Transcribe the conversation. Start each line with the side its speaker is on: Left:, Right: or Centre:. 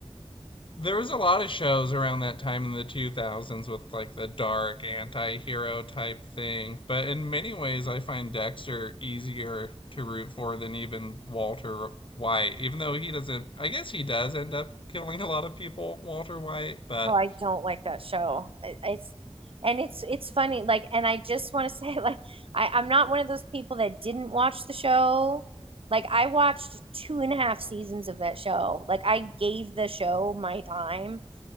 Left: There was a lot of shows around that time in the 2000s with like the dark anti-hero type thing, but in many ways I find Dexter easier to root for than even Walter White, even though he doesn't, I guess he does end up killing a lot of people, Walter White, but
Right: Oh, I don't like that show. It, it's and it's it's funny. Like, and I just want to <laughs> say, like, I, I'm not one of those people that didn't watch the show. Like, I watched two and a half seasons of that show. Like, I gave the show my time,